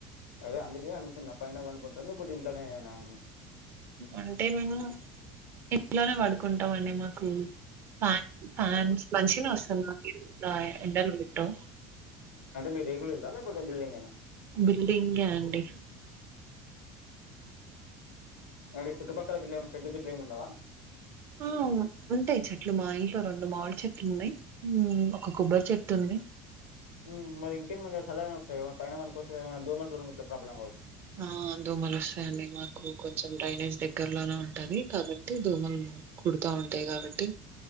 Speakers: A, on the left; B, on the right.
A: అదే అందుకే అడుగుతున్న పైన పండుకుంటర లేకపోతే ఇంట్లనేన అని
B: అంటే మేము ఇంట్లోనే పడుకుంటాం అండి మాకు ఫాన్ ఫ్యాన్స్ మంచిగనే వస్తది మాకు ఎండలు కొట్టావ్
A: అంటే మీ రేకుల ఇళ్ల లేకపోతే బిల్డింగ్ ఏనా
B: బిల్డింగ్ ఏ అండి
A: మరి చుట్టుపక్కల గిట్ల చెట్లు గిట్లు ఏంముండవా
B: ఆ ఉంటాయి చెట్లు మా ఇంట్లో రెండు మావిడి చెట్లు ఉన్నాయి ఉమ్ ఒక కొబ్బరి చెట్టు ఉంది
A: ఉ మరి ఇకేంది మంచిగా సల్లగనే వస్తది కదా పైనపండుకోవచ్చు కద దోమలతో గిట్ల ప్రాబ్లమ్ కావచ్చు
B: ఆ దొమలు వస్తాయండి మాకు కొంచెం డ్రైనేజ్ దగ్గర్లోనే ఉంటది కాబట్టి దొమలు కుడుతా ఉంటాయి కావట్టి